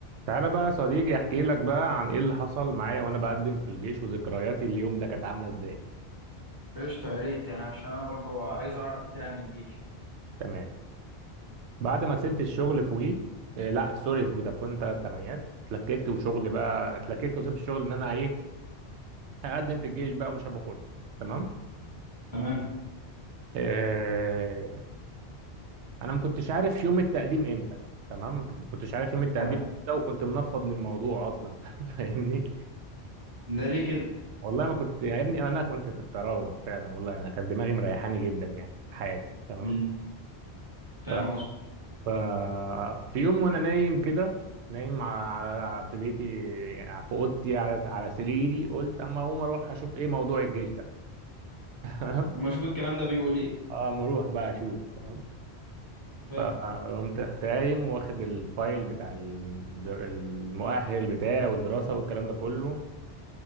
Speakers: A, on the right; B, on the right.
A: تعالى بقى يا صديقي احكي لك بقى عن ايه اللي حصل معايا وانا بقدم في الجيش وذكرياتي اليوم ده كانت عامله ازاي
B: قشطة يا ريت يعني عشان أنا برضو عايز أعرف كتير عن الجيش
A: تمام بعد ما سبت الشغل في وي إيه لا سوري في فودافون 38 اتلككت وشغل بقى اتلككت وسبت الشغل ان انا ايه هقدم في الجيش بقى ومش هبقى فاضي تمام
B: تمام
A: إيه انا ما كنتش عارف يوم التقديم امتى تمام ما كنتش عارف يوم التقديم
B: تمام
A: امتى وكنت منفض للموضوع اصلا <laughs> فاهمني
B: ده ليه كده
A: والله ما كنت يا ابني انا كنت في الطراوه فعلا والله انا كانت دماغي مريحاني جدا يعني في حياتي تمام
B: مم. فاهم
A: ف
B: قصدي
A: ففي يوم وانا نايم كده نايم على على- في بيتي يعني في اوضتي على على سريري قلت اما اقوم اروح اشوف ايه موضوع الجيش ده <laughs> تمام
B: اما اشوف الكلام ده بيقول ايه
A: اما اروح بقى اشوف تمام
B: فاهم
A: فقمت رحت قايم واخد الفايل بتاع الدر- المؤهل بتاعي والدراسه والكلام ده كله